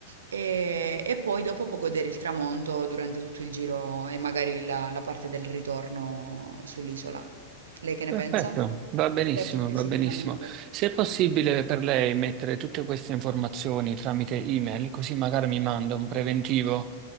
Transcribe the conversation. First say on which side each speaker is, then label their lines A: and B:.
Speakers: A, on the right; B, on the right.
A: E, e poi dopo può godere il tramonto durante tutto il giro e magari la la parte del ritorno sull'isola. Lei che ne
B: Perfetto,
A: pensa?
B: va benissimo,
A: 14,19.
B: va benissimo. Se è possibile per lei mettere tutte queste informazioni tramite email, così magari mi manda un preventivo.